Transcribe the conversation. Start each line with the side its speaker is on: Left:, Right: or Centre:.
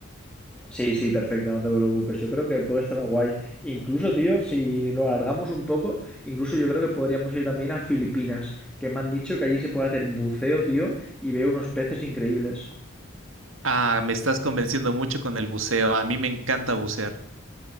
Centre: Sí, sí, perfecto, no te preocupes. Yo creo que puede estar guay. Incluso, tío, si lo alargamos un poco, incluso yo creo que podríamos ir también a Filipinas, que me han dicho que allí se puede hacer buceo, tío, y veo unos peces increíbles.
Right: Ah, me estás convenciendo mucho con el buceo, a mí me encanta bucear.